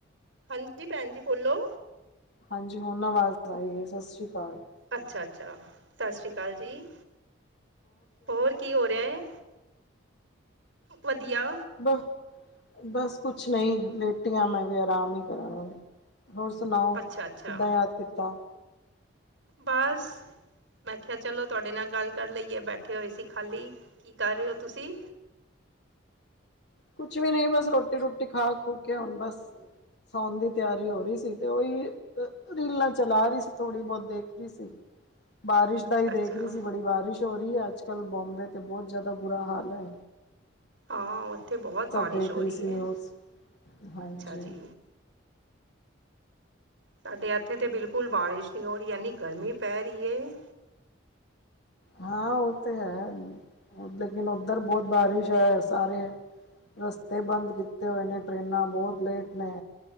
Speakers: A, on the right; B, on the left.
A: ਹਾਂਜੀ ਭੈਣ ਜੀ ਬੋਲੋ,
B: ਹਾਂਜੀ ਹੁਣ ਆਵਾਜ਼ ਆਈ ਏ ਸਤਿ ਸ਼੍ਰੀ ਅਕਾਲ।
A: ਅੱਛਾ- ਅੱਛਾ ਸਤਿ ਸ਼੍ਰੀ ਅਕਾਲ ਜੀ। ਹੋਰ ਕੀ ਹੋ ਰਿਹਾ ਏ ਵੱਧੀਆ।
B: ਬਸ -ਬਸ ਕੁਛ ਨਈ ਲੇਟੀ ਆ, ਮੈਂ ਵੀ ਆਰਾਮ ਈ ਕਰਾਂਗੀ। ਹੋਰ ਸੁਣਾਓ
A: ਅੱਛਾ ਅੱਛਾ
B: ਕਿੱਦਾਂ ਯਾਦ ਕੀਤਾ।
A: ਬਾਸ ਮੈਂ ਕੇਆ, ਚਲੋ ਤੁਹਾਡੇ ਨਾਲ ਗੱਲ ਕਰ ਲਈਏ, ਬੈਠੇ ਹੋਏ ਸੀ ਖਾਲੀ, ਕੀ ਕਰ ਰਹੇ ਹੋ ਤੁਸੀਂ।
B: ਕੁਛ ਵੀ ਨਈ ਬਸ ਰੋਟੀ- ਰੁਟੀ ਖਾ -ਖੂ ਕੇ ਹੁਣ ਬਸ ਸੌਣ ਦੀ ਤਿਆਰੀ ਹੋ ਰਹੀ ਸੀ ਤੇ ਓ, ਈ ਰੀਲਾਂ ਚਲਾ ਰਹੀ ਸੀ, ਥੋੜ੍ਹੀ ਬਹੁਤ ਦੇਖ ਰਹੀ ਸੀ। ਬਾਰਿਸ਼
A: ਅੱਛਾ
B: ਦਾ ਹੀ ਦੇਖ
A: ਅੱਛਾ
B: ਰਹੀ ਸੀ, ਬੜੀ ਬਾਰਿਸ਼ ਹੋ ਰਹੀ ਆ, ਅੱਜ ਕੱਲ੍ਹ ਬੋਂਬੇ ਤੇ ਬਹੁਤ ਜ਼ਿਆਦਾ ਬੁਰਾ ਹਾਲ ਐ,
A: ਹਾਂ, ਓਥੇ ਬੋਹਤ ਬਾਰਿਸ਼
B: ਦੇਖ
A: ਹੋ ਰਹੀ
B: ਸੀ ਨਿਊਜ਼
A: ਐ,
B: ਹਾਂਜੀ
A: ਅੱਛਾ ਜੀ। ਸਾਡੇ ਇੱਥੇ ਤੇ ਬਿਲਕੁਲ ਬਾਰਿਸ਼ ਨਹਂੀ ਹੋ ਰਹੀ। ਜਾਨੀ ਗਰਮੀ ਪੈ ਰਹੀ ਹੈ।
B: ਹਾਂ, ਉਹ ਤੇ ਹੈ। ਲੇਨ ਉੱਧਰ ਬਹੁਤ ਬਾਰਿਸ਼ ਹੈ। ਸਾਰੇ ਰਸਤੇ ਬੰਦ ਕੀਤੇ ਹੋਏ ਨੇ, ਟਰੇਨਾਂ ਬਹੁਤ ਲੇਟ ਨੇ।